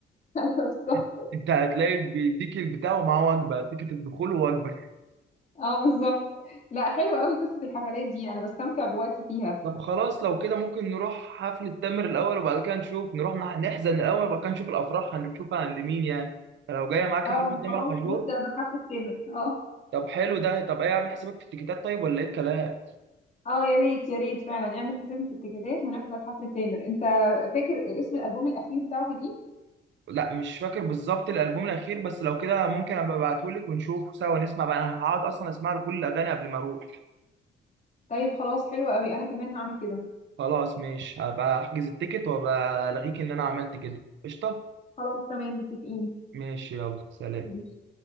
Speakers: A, on the left; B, on the right.
A: <laughs> أيوة بالظبط
B: <laughs> انت هتلاقي بيديك البتاع ومعاه وجبه تيكت الدخول ووجبه
A: اه بالظبط لا حلوه قوي قصه الحفلات دي انا بستمتع بوقتي فيها
B: طب خلاص لو كده ممكن نروح حفلة تامر الأول وبعد كده نشوف نروح نح- نحزن الأول وبعد كده نشوف الأفراح هنشوفها عند مين يعني فلو جاية معاك
A: اه
B: حفلة تامر
A: خلاص
B: حجور
A: نبدا بحفله تامر اه
B: طب حلو ده طب إيه عامل حسابك في التيكيتات طيب ولا إيه الكلام؟
A: اه يا ريت يا ريت فعلا اعمل حسابي في التيكيتات ونحضر حفله تامر انت فاكر اسم الالبوم الاخير بتاعه كان ايه
B: لا مش فاكر بالظبط الألبوم الأخير بس لو كده ممكن أبقى أبعتهولك ونشوف سوا نسمع بقى أنا هقعد أصلا أسمع له كل الأغاني قبل ما أروح
A: طيب خلاص حلو قوي انا كمان هعمل كده
B: خلاص ماشي هبقى أحجز التيكت وأبقى ألغيك إن أنا عملت كده قشطة؟
A: خلاص تمام متفقين
B: ماشي يلا سلام
A: ماشي.